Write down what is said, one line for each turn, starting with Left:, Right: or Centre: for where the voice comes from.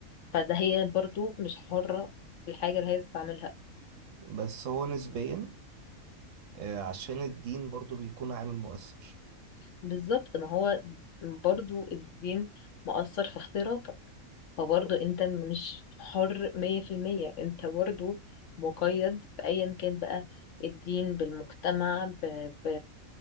Left: فده هي برضو مش حرة في الحاجة اللي هي بتستعملها
Right: بس هو نسبيا آه، عشان الدين برضو بيكون عامل مؤثر
Left: بالظبط ما هو برضو الدين مؤثر في اختياراتك فبرضه انت مش حر مية في المية انت برضه مقيد بأيا كان بقى الدين بالمجتمع ب... ب...